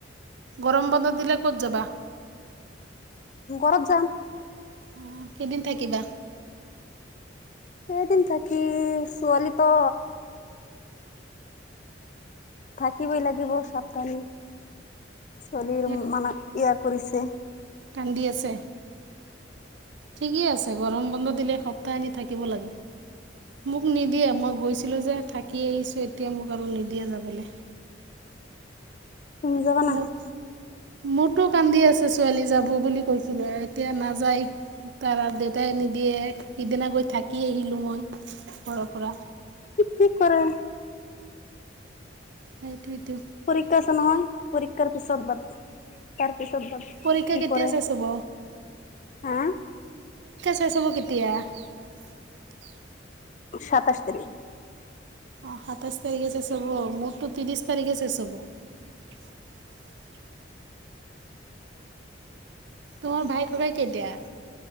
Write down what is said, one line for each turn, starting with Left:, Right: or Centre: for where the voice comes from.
Right: গৰম বন্ধ দিলে ক'ত যাবা?
Left: ঘৰত যাম।
Right: আহ কেইদিন থাকিবা?
Left: কেইদিন থাকি ছোৱালীটো। থাকিবই লাগিব সাবধানী ছোৱালীৰ
Right: এক
Left: মানে ইয়াত, কৰিছে।
Right: কান্দি আছে। ঠিকেই আছে গৰম বন্ধ দিলে সপ্তাহ আনি থাকিব লাগে। মোক নিদিয়ে মই গৈছিলো যে থাকি আহিছো এতিয়া মোক আৰু নিদিয়ে যাবলৈ, <inaudible>
Left: তুমি যাবানা
Right: মোৰ। মোৰতো কান্দি আছে ছোৱালী যাব বুলি কৈছিলো এতিয়া নাযায় তাৰ দেউতাই নিদ দিয়ে সিদনাকৈ থাকি আহিলোঁ মই ঘৰৰ পৰা।
Left: কি কৰে।
Right: সততো।
Left: পৰীক্ষাছে নহয় পৰীক্ষাৰ পিছত বাদ। তাৰপিছত বত
Right: পৰীক্ষা কেতিয়া
Left: কৰেৰে
Right: শেষ হ'ব
Left: হা।
Right: <inaudible>
Left: সাতাশ তাৰিখ।
Right: অ সাতাইশ তাৰিখে শেষ হব মোৰতটো তি্ৰশ তাৰিখে শেষ হব। <unintelligible> ত ভাই খকাই কেতিয়া